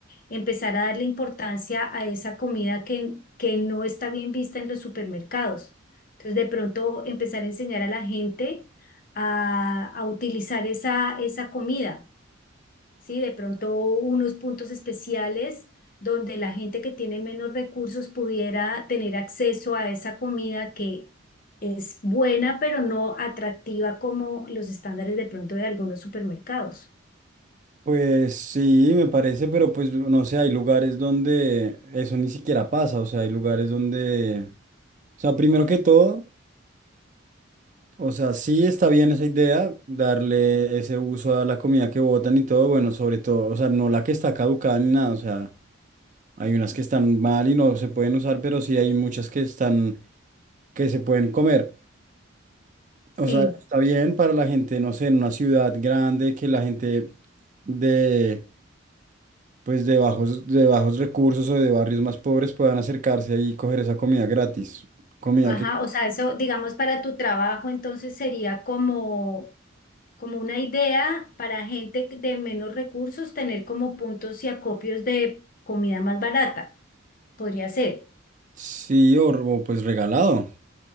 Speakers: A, on the left; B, on the right.
A: empezar a darle importancia a esa comida que, que no está bien vista en los supermercados. Entonces, de pronto empezar a enseñar a la gente a, a utilizar esa, esa comida ¿sí? De pronto unos puntos especiales donde la gente que tiene menos recursos pudiera tener acceso a esa comida que es buena, pero no atractiva como los estándares de pronto de algunos supermercados.
B: Pues sí, me parece, pero pues no sé, hay lugares donde eso ni siquiera pasa, o sea, hay lugares donde, o sea, primero que todo, o sea, sí está bien esa idea, darle ese uso a la comida que botan y todo, bueno, sobre todo, o sea, no la que está caducada ni nada, o sea, hay unas que están mal y no se pueden usar, pero sí hay muchas que están, que se pueden comer, o
A: Sí,
B: sea, está bien para la gente, no sé, en una ciudad grande, que la gente de pues de bajos, de bajos recursos o de barrios más pobres puedan acercarse ahí y coger esa comida gratis. Comida
A: ajá,
B: que
A: o sea, eso, digamos, para tu trabajo, entonces sería como, como una idea para gente de menos recursos tener como puntos y acopios de comida más barata, podría ser,
B: sí, o, o pues regalado.